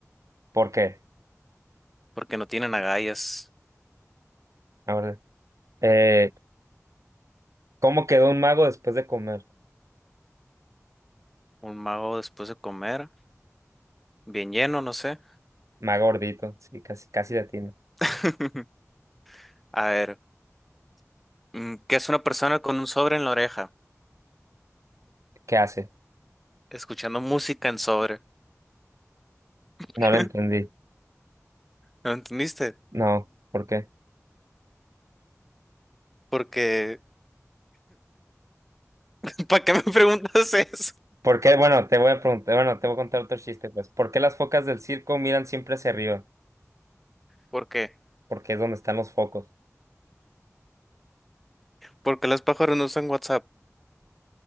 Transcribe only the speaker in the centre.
porque no tienen agallas.
Un mago después de comer, bien lleno, no sé.
<laughs> A ver, mm, ¿qué es una persona con un sobre en la oreja?
Escuchando música en sobre. <laughs>
¿No entendiste?
Porque, <laughs> ¿para qué me preguntas eso?
¿Por qué?
Porque los pájaros no usan WhatsApp.